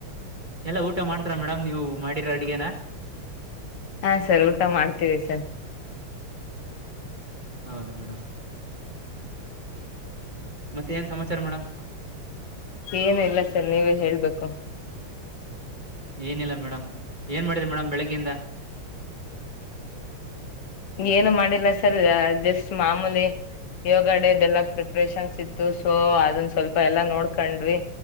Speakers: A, on the right; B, on the left.
A: ಎಲ್ಲಾ ಊಟ ಮಾಡ್ತಾರ ಮೇಡಮ್ ನೀವು ಮಾಡಿರೋ ಅಡ್ಗೇನಾ
B: ಹಾ ಸರ್ ಊಟ ಮಾಡ್ತೀವಿ ಸರ್
A: ಹೌದಾ ಮೇಡಮ್ ಮತ್ತೆ ಏನ್ ಸಮಾಚಾರ ಮೇಡಮ್
B: ಏನ ಇಲ್ಲ ಸರ್ ನೀವೇ ಹೇಳ್ಬೇಕು
A: ಏನಿಲ್ಲ ಮೇಡಮ್ ಏನ್ ಮಾಡಿದ್ರಿ ಮೇಡಮ್ ಬೆಳಗ್ಗಿಂದ
B: ಏನು ಮಾಡಿಲ್ಲ ಸರ್ ಜಸ್ಟ್ ಮಾಮೂಲಿ ಯೋಗ ಡೇದೆಲ್ಲಾ ಪ್ರಿಪ್ರೇಷನ್ಸ್ ಇತ್ತು ಸೊ ಅದನ್ ಸ್ವಲ್ಪ ಎಲ್ಲಾ ನೋಡ್ಕೊಂಡ್ವಿ